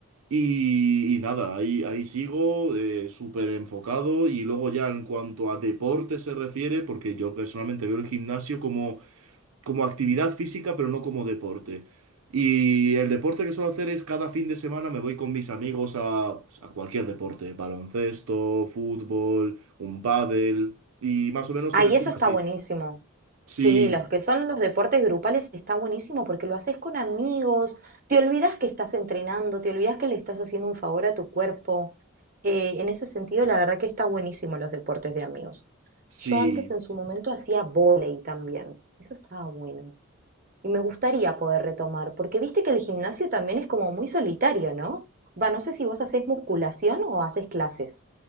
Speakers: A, on the right (about 80°); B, on the right (about 40°).
A: y, y nada, ahí, ahí sigo eh, súper enfocado y luego ya en cuanto a deporte se refiere, porque yo personalmente veo el gimnasio como como actividad física, pero no como deporte. Y el deporte que suelo hacer es cada fin de semana me voy con mis amigos a, pues, a cualquier deporte, baloncesto, fútbol, un pádel, y más o menos
B: Ay,
A: se resume
B: eso está
A: así.
B: buenísimo. Sí,
A: Sí,
B: los que son los deportes grupales está buenísimo porque lo haces con amigos, te olvidas que estás entrenando, te olvidas que le estás haciendo un favor a tu cuerpo. Eh, en ese sentido, la verdad que está buenísimo los deportes de amigos.
A: sí.
B: Yo antes en su momento hacía vóley también. Eso estaba bueno. Y me gustaría poder retomar, porque viste que el gimnasio también es como muy solitario, ¿no? Va, no sé si vos haces musculación o haces clases.